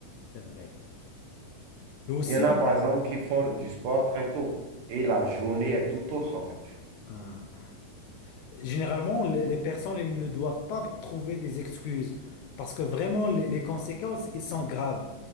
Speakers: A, on the left; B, on the right.
A: c'est vrai. Et aussi,
B: Il y en a, par exemple, qui font du sport très tôt et la journée est tout autre, en fait.
A: ah. Généralement, les les personnes, elles ne doivent pas trouver des excuses parce que vraiment, les les conséquences, elles sont graves.